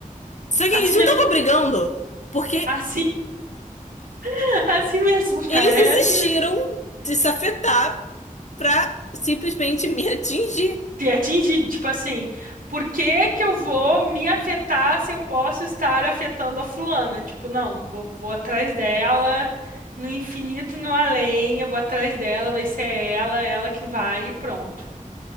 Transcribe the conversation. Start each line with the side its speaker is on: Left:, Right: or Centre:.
Left: Só que
Right: Assim
Left: eles não
Right: mesmo.
Left: estavam brigando, porque
Right: Assim, <laughs> assim mesmo, cara.
Left: eles desistiram
Right: É assim mesmo.
Left: de se afetar pra simplesmente me atingir.
Right: te atingir, tipo assim, por que que eu vou me afetar se eu posso estar afetando a fulana? Tipo, não, vou, vou atrás dela, no infinito, no além, eu vou atrás dela, vai ser ela, ela que vai e pronto.